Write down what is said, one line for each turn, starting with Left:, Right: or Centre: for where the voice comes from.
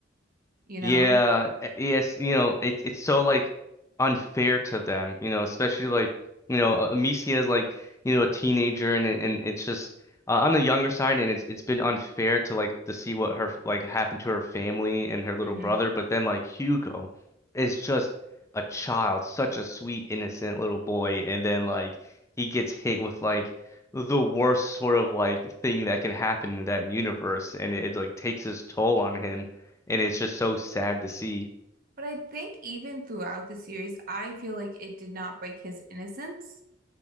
Right: you
Left: Yeah,
Right: know?
Left: e- yes, you know, it's it's so like unfair to them, you know, especially like, you know, uh, Amicia is like, you know, a teenager and it- and it's just uh, on the younger side and it's it's been unfair to like to see what her like happened to her family and her little
Right: hmm
Left: brother, but then like Hugo is just a child, such a sweet, innocent little boy, and then like he gets hit with like the worst sort of like thing that can happen in that universe and it, it like takes its toll on him and it's just so sad to see.
Right: But I think even throughout the series, I feel like it did not break his innocence,